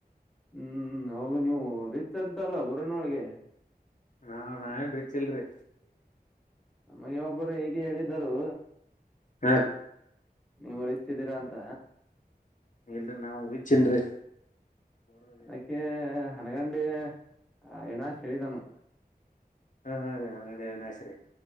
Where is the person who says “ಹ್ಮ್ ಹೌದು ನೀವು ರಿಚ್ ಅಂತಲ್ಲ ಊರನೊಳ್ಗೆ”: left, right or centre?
Centre